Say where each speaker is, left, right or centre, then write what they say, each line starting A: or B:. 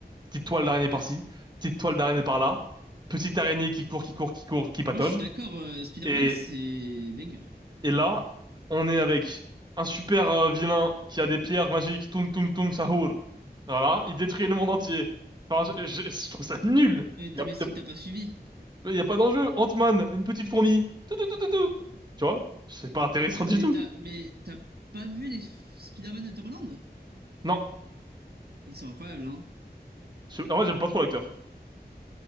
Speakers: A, on the right; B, on the right.
A: Petite toile d'araignée
B: Ouais.
A: par-ci, petite toile d'araignée par-là. Petite araignée qui court, qui court, qui court, qui patauge.
B: Moi, je suis d'accord, euh, Spider-Man,
A: Et
B: c'est banger.
A: Et là, on est avec un super euh, vilain qui a des pierres magiques, Tung Tung Tung Sahur. Voilà, il détruit le monde entier. Enfin, je, je- je trouve ça nul.
B: Mais,
A: Il
B: t'es-
A: y a,
B: mais c'est que t'as pas suivi.
A: y a pas d'enjeu. Ant-Man, une petite fourmi. Tout, tout, tout, tout, tout. Tu vois? C'est pas intéressant du
B: Mais
A: tout.
B: t'as mais t'as pas vu les f- Spider-Man de Tom Holland?
A: Non.
B: Ils sont incroyables, hein?
A: Je- en vrai, j'aime pas trop l'acteur.